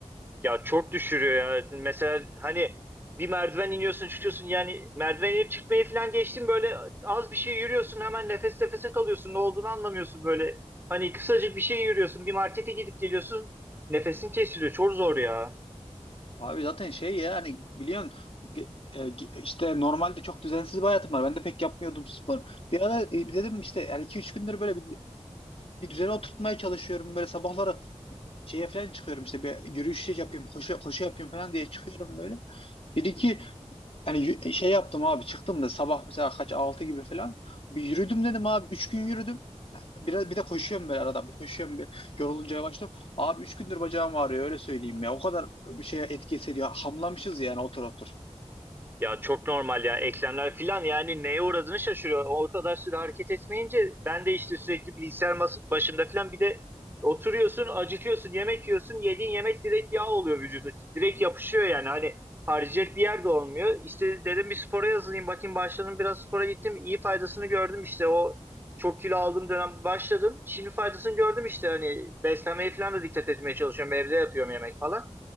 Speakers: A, on the right (about 20°); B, on the left (about 55°).
A: Ya çok düşürüyor ya. Mesela hani bir merdiven iniyorsun çıkıyorsun yani merdiven inip çıkmayı falan geçtim böyle az bir şey yürüyorsun hemen nefes nefese kalıyorsun ne olduğunu anlamıyorsun böyle. Hani kısacık bir şey yürüyorsun bir markete gidip geliyorsun nefesin kesiliyor çok zor ya.
B: Abi zaten şey ya hani biliyorsun ge- e, ge- işte normalde çok düzensiz bir hayatım var. Ben de pek yapmıyordum spor. Bir ara e, dedim işte yani iki üç gündür böyle bir, bir düzene oturtmaya çalışıyorum. Böyle sabahları şeye falan çıkıyorum işte bir yürüyüş yapayım, koşu, koşu yapayım falan diye çıkıyorum böyle. Bir iki hani yü- şey yaptım abi çıktım da sabah mesela kaç 6 gibi falan. Bir yürüdüm dedim abi 3 gün yürüdüm. Biraz bir de koşuyorum böyle arada bir koşuyorum bir yorulunca yavaşlıyorum. Abi 3 gündür bacağım ağrıyor öyle söyleyeyim ya. O kadar bir şeye etki ediyor. Hamlamışız yani otur otur.
A: Ya çok normal ya eklemler filan yani neye uğradığını şaşırıyor. O kadar süre hareket etmeyince ben de işte sürekli bilgisayar mas- başında filan bir de oturuyorsun acıkıyorsun yemek yiyorsun yediğin yemek direkt yağ oluyor vücuda. Direkt yapışıyor yani hani harcayacak bir yer de olmuyor. İşte dedim bir spora yazılayım bakayım başladım biraz spora gittim iyi faydasını gördüm işte o çok kilo aldığım dönem başladım. Şimdi faydasını gördüm işte hani beslenmeye falan da dikkat etmeye çalışıyorum evde yapıyorum yemek falan